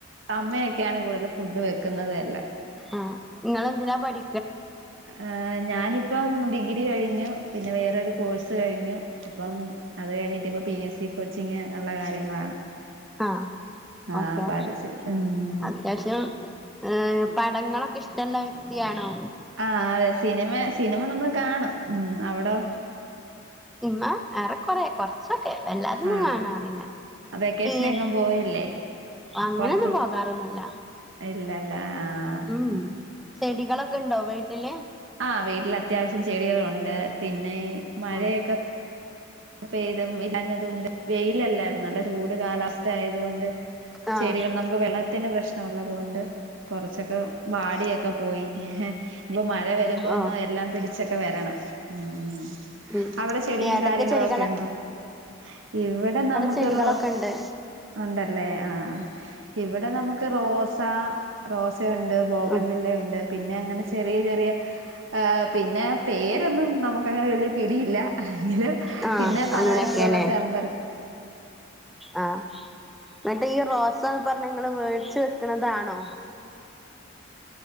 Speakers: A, on the right (about 60°); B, in the centre.
A: അമ്മയൊക്കെയാണ് കൂടുതൽും ഫുഡ് വെക്കുന്നത് എല്ലാം
B: അഹ് നിങ്ങൾന്തിനാ പഠി
A: ഉഹ് ഞാനി ഇപ്പം ഡിഗ്രി കഴിഞ്ഞു പിന്നെ വേറൊരു കോഴ്സ് കഴിഞ്ഞു ഇപ്പം അത് കഴിഞ്ഞിട്ട ഇപ്പം P S C coaching നല്ല കാര്യങ്ങളാണ്
B: ആ
A: ആ
B: ഓക്കെ
A: അപ്പൊ അത് ചെയ്യ ഉം
B: അത്യാവശ്യം ഏ പടങ്ങളൊക്കെ ഇഷ്ട്ടുള്ള വ്യക്തിയാണോ
A: ആ അതെ സിനിമ സിനിമ നമ്മൾ കാണും ഉ അവിടോ
B: <unintelligible> കൊറേ കൊറച്ചൊക്കെ വല്ലാതൊന്നും
A: ആ
B: കാണാറില്ല
A: വെക്കേഷൻ
B: <unintelligible>
A: എങ്ങും പോയില്ലേ
B: അങ്ങനെ
A: പുറത്ത്
B: ഒന്നും പോകാറൊന്നുല്ല
A: ഇല്ലല്ല ആഹ്
B: ഉം ചെടികളൊക്കെ ഉണ്ടോ വീട്ടില്
A: ആ വീട്ടിൽ അത്യാവശ്യം ചെടികളുണ്ട് പിന്നെ മഴയക്ക
B: ആഹ്
A: പെയ്യ്തും <unintelligible> ണ്ട് വെയിലല്ലായിരുന്നോ നല്ല ചൂട് കാലാവസ് അതുകൊണ്ട്
B: ആഹ്
A: ചെടികൾ നമുക്ക് വെള്ളത്തിന് പ്രശ്ന ള്ളതുകൊണ്ട് കൊറച്ചൊക്കെ വാടിയൊക്കെ പോയി <unintelligible> മഴ വരുമ്പോ
B: ആഹ്
A: ഒന്നും എല്ലാം പിടി <unintelligible> വരണം ഉം
B: ഉം
A: അവിടെ ചെടിയും
B: ഏതൊക്കെ ചെടി
A: <unintelligible> ഇവിടെ നമക്ക്
B: ചെടികളൊക്കെ
A: റോ
B: ഉണ്ട്
A: ഉണ്ടല്ലേ ആ ഇവിടെ നമ <unintelligible> റോസാ റോസ <unintelligible> ഇണ്ട്, ബോഗൻവില്ല
B: ഉം
A: ഇണ്ട്. പിന്നെ അങ്ങനെ ചെറിയ ചെറിയ ആ പിന്നെ പേരൊന്നും നമുക്ക് അങ്ങനെ വലിയ പിടിയില്ല <unintelligible>
B: ആ അങ്ങനെയൊക്കെയല്ലേ.
A: പലതരത്തിലുള്ള ചെമ്പര
B: ആ എന്നിട്ട് ഈ റോസാ പറഞ്ഞ നിങ്ങള് മേടിച്ച് വെക്കണതാണോ?